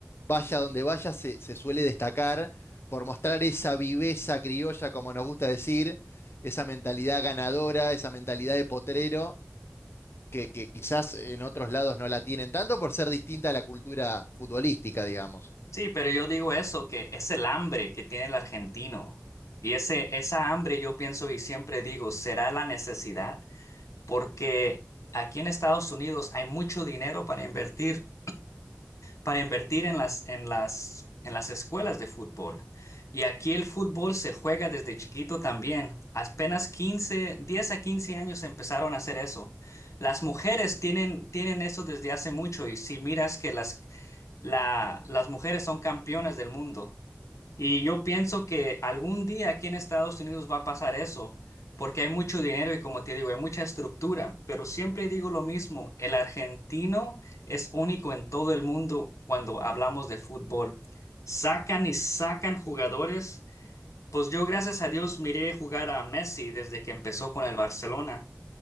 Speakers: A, on the left; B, on the left.
A: vaya donde vaya, se, se suele destacar por mostrar esa viveza criolla, como nos gusta decir, esa mentalidad ganadora, esa mentalidad de potrero, que, que quizás en otros lados no la tienen tanto por ser distinta a la cultura futbolística, digamos.
B: Sí, pero yo digo eso, que es el hambre que tiene el argentino. Y ese, esa hambre yo pienso y siempre digo, será la necesidad, porque aquí en Estados Unidos hay mucho dinero para invertir para invertir en las, en las, en las escuelas de fútbol. Y aquí el fútbol se juega desde chiquito también. Apenas 15 10 a 15 años empezaron a hacer eso. Las mujeres tienen, tienen eso desde hace mucho y si miras que las, la- las mujeres son campeonas del mundo. Y yo pienso que algún día aquí en Estados Unidos va a pasar eso, porque hay mucho dinero y como te digo, hay mucha estructura, pero siempre digo lo mismo, el argentino es único en todo el mundo cuando hablamos de fútbol. Sacan y sacan jugadores. Pues yo, gracias a Dios, miré jugar a Messi desde que empezó con el Barcelona.